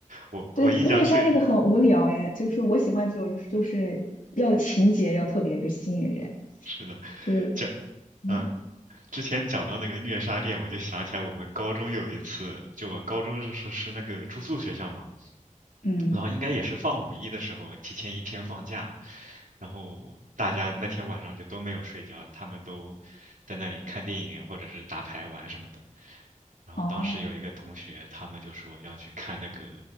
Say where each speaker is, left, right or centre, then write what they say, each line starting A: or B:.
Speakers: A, on the right; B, on the left.
A: 我我印象最
B: 对虐杀那个很无聊哎，就是我喜欢这种就是就是要情节要特别就吸引人，
A: 是的，
B: 就是
A: 讲，
B: 嗯
A: 嗯。之前讲到那个虐杀店，我就想起来我们高中有一次，就我高中是是那个住宿学校嘛，
B: 嗯
A: 然后应该也是放五一的时候，提前一天放假，然后大家那天晚上就都没有睡觉，他们都在那里看电影或者是打牌玩什么的。然后当时有一个同学，
B: 哦。
A: 他们就说要去看那个